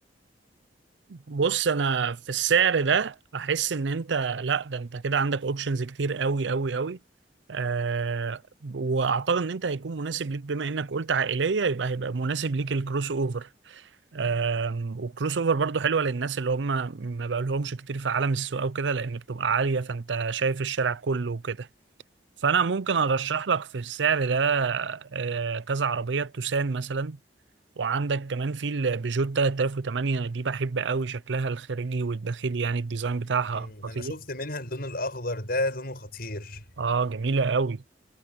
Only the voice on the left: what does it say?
مم،
انا شفت منها اللون الاخضر ده لونه خطير